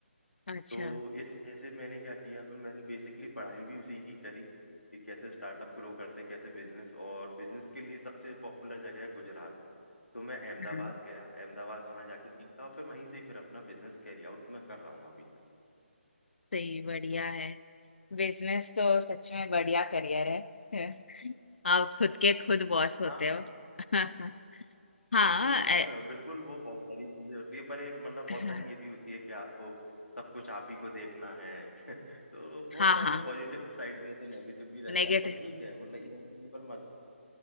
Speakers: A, on the left; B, on the left.
A: अच्छा
B: तो इस वजह से मैंने क्या किया फिर मैंने बेसिकली पढ़ाई भी उसी की करी कि कैसे स्टार्टअप ग्रो करते हैं कैसे बिजनेस और बिजनेस के लिए सबसे पॉपुलर जगह है गुजरात तो मैं अहमदाबाद
A: हाँ
B: गया अहमदाबाद वहां जाके सीखा और फिर वहीं से ही फिर अपना बिजनेस कैरी आउट मैं कर रहा हूँ अभी तक
A: सही बढ़िया है बिजनेस तो सच में बढ़िया करियर है <laughs> आप खुद के खुद बॉस होते
B: हाँ
A: हो
B: बिल-
A: <laughs> हाँ
B: बिल्कुल बिल- <laughs>
A: ए-
B: बिल्कुल वो बहुत सारी चीजें होती है पर एक मतलब बहुत
A: हाँ
B: सारी ये भी होती है कि आपको सब कुछ आप ही को देखना है <laughs> तो बहुत
A: हाँ
B: सारी
A: हाँ
B: पॉजिटिव साइड भी है तो नेगेटिव भी रहता
A: नेगेटिव
B: है पर ठीक है मतलब इवेंचुअली पर मजा